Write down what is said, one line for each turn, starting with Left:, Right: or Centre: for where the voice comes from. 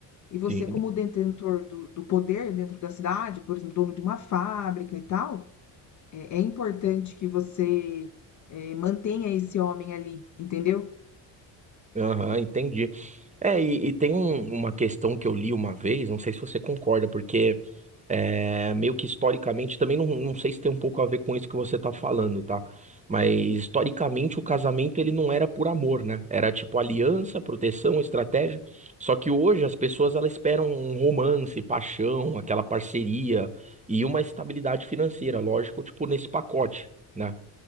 Left: E você,
Right: Sim.
Left: como detentor do, do poder dentro da cidade, por exemplo, dono de uma fábrica e tal, é, é importante que você eh, mantenha esse homem ali, entendeu?
Right: Aham, entendi. É, e, e tem um- uma questão que eu li uma vez, não sei se você concorda, porque é, meio que historicamente, também não, não sei se tem um pouco a ver com isso que você tá falando, tá? Mas historicamente o casamento ele não era por amor, né? Era tipo aliança, proteção, estratégia. Só que hoje as pessoas elas esperam um romance, paixão, aquela parceria e uma estabilidade financeira, lógico, tipo nesse pacote. né?